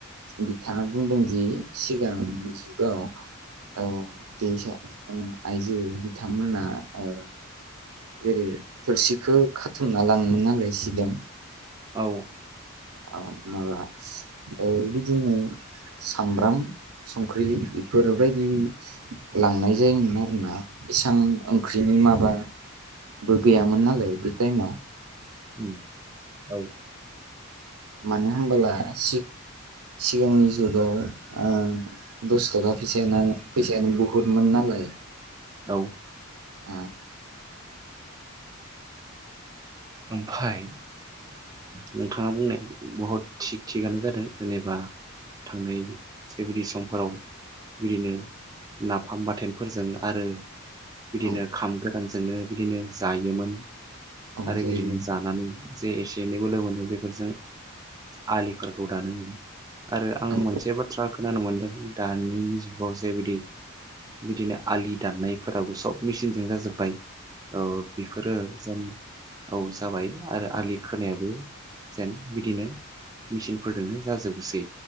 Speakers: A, on the right (about 90°); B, on the right (about 15°).
A: बिथाङा बुंदों जि सिगांनि जुगाव ओ <unintelligible> आइजो बिथांमोना ओ जेरै थोरसिखौ खाथुमना लाङोमोन नालाय सिगां
B: औ
A: औ माबा ओ बिदिनो सामब्राम संख्रि इफोरबायदि लांनाय जायोमोन आरोना इसां ओंख्रिनि माबा बो गैयामोन नालाय बे टाइमाव
B: उम औ
A: मानो होनबोला सि सिगांनि जुगाव ओ दस तगा फैसाया फैसायानो बुहुदमोन नालाय
B: औ
A: ओ
B: ओमफाय नोंथाङा बुंनाय बहुद थिग थिगानो जादों जेनेबा थांनाय जेबायदि समफोराव बिदिनो नाफाम बाथोनफोरजों आरो बिदिनो
A: ओ
B: खामगोर गोन जोंनो बिदिनो जायोमोन
A: औ
B: आरो
A: जायोमोन
B: बिदिनो जानानै जे एसे एनै बोलो मोनो बेफोरजों आलिफोरखौ दानो मोनो आरो आं
A: औ
B: मोनसे बाथ्रा खोनानो मोनदों दानि जुगाव जे बिदि बिदिनो आलि दाननायफोराबो सब मेचिनजों जाजोबबाय औ बेफोरो जेन औ जाबाय आरो आलि खोनायाबो जेन बिदिनो मिचिनफोरजोंनो जाजोबोसै